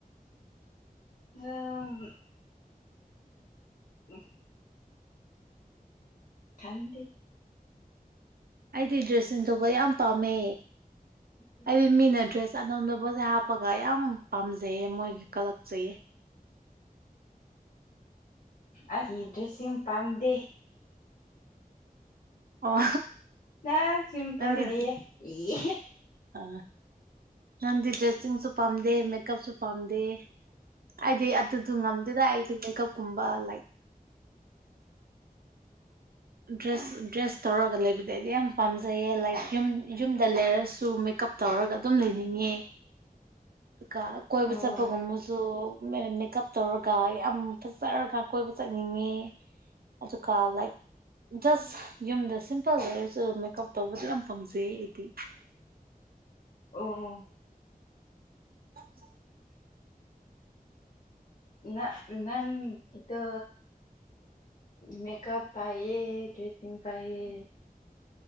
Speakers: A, on the left; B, on the right.
A: ꯎꯝ <inaudible> ꯈꯪꯗꯦ
B: ꯑꯩꯗꯤ ꯗ꯭ꯔꯦꯁꯤꯡ ꯇꯧꯕ ꯌꯥꯝ ꯄꯥꯝꯃꯦ
A: <inaudible>
B: ꯑꯩꯗꯤ ꯃꯤꯅ ꯗ꯭ꯔꯦꯁ ꯑꯅꯧꯅꯧꯕꯁꯦ ꯍꯥꯞꯄꯒ ꯌꯥꯝ ꯄꯥꯝꯖꯩꯌꯦ ꯃꯣꯏꯒꯤ ꯀꯜꯂꯛꯆꯩꯌꯦ
A: ꯑꯩꯒꯤ ꯗ꯭ꯔꯦꯁꯤꯡ ꯄꯥꯝꯗꯦ
B: ꯑꯣ
A: ꯅ ꯁꯤꯝꯄ
B: ꯅꯪꯗꯤ
A: ꯂꯩꯌꯦ
B: ꯑ ꯅꯗꯤ ꯗ꯭ꯔꯦꯁꯤꯡꯁꯨ ꯄꯥꯝꯗꯦ ꯃꯦꯀꯞꯁꯨ ꯄꯥꯝꯗꯦ ꯑꯥꯏꯗꯤ ꯑꯗꯨꯗꯨ ꯉꯝꯗꯦꯗ ꯑꯥꯢꯗꯤ ꯃꯦꯀꯞꯀꯨꯝꯕ ꯂꯥꯏꯛ ꯗ꯭ꯔꯦꯁ ꯗ꯭ꯔꯦꯁ ꯇꯧꯔꯒ ꯂꯩꯕꯗ ꯑꯩꯗꯤ ꯌꯥꯝ ꯄꯥꯝꯖꯩꯌꯦ ꯂꯥꯏꯛ ꯌꯨꯝ ꯌꯨꯝꯗ ꯂꯩꯔꯁꯨ ꯃꯦꯀꯞ ꯇꯧꯔꯒ ꯑꯗꯨꯝ ꯂꯩꯅꯤꯡꯉꯦ ꯑꯗꯨꯒ ꯀꯣꯏꯕ
A: ꯑꯣ
B: ꯆꯠꯄꯒꯨꯝꯕꯁꯨ ꯃꯦ ꯀꯞ ꯇꯧꯔꯒ ꯌꯥꯝ ꯐꯖꯔꯒ ꯀꯣꯏꯕ ꯆꯠꯅꯤꯡꯉꯦ ꯑꯗꯨꯒ ꯂꯥꯏꯛ ꯖꯁ ꯌꯨꯝꯗ ꯁꯤꯝꯄꯜ ꯂꯩꯔꯁꯨ ꯑꯗꯨꯝ ꯃꯦꯀꯞ ꯇꯧꯕꯗꯨ ꯌꯥꯝ ꯄꯥꯝꯖꯩꯌꯦ ꯑꯩꯗꯤ
A: ꯑꯣ ꯑꯣ
B: <inaudible>
A: ꯅꯪ ꯅꯪꯪꯒꯤꯗꯣ ꯃꯦꯀꯞ ꯄꯥꯌꯦ ꯗ꯭ꯔꯦꯁꯤꯁꯤꯡ ꯄꯥꯌꯦ